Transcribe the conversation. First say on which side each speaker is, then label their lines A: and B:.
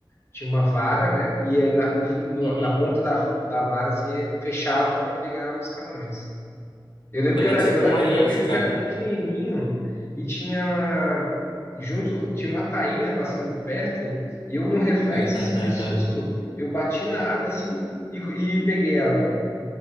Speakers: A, on the left (about 30°); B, on the left (about 65°).
A: tinha uma vara, né? E é na, no-
B: uhum.
A: na ponta da, da vara assim, fechava para pegar os camarões. Eu lembro
B: Olha,
A: que era,
B: tipo
A: eu era,
B: uma
A: eu
B: isca.
A: lembro que era pequenininho e tinha junto, tinha uma tainha passando perto e eu num reflexo
B: <laughs>
A: assim de susto, eu bati na água assim e, co- e peguei ela.